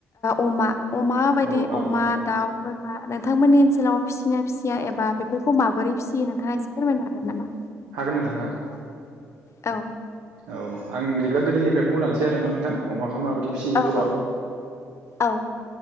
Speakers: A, on the left; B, on the right.
A: अमा अमा बायदि
B: औ औ
A: अमा,
B: औ
A: दाउ, बोरमा नोंथांमोननि ओनसोलाव फिसिना फिसिया एबा बेफोरखौ माबोरै फिसियो नोंथाङा एसे फोरमायनो हागोन नामा?
B: हागोन नोंथां हागोन।
A: औ
B: औ आं बिदिब्ला गोदोनिफ्राय बुंलांसै आरो न' नोंथां अमाखौ माबायदि फिसियो
A: औ
B: बर'आ
A: औ उम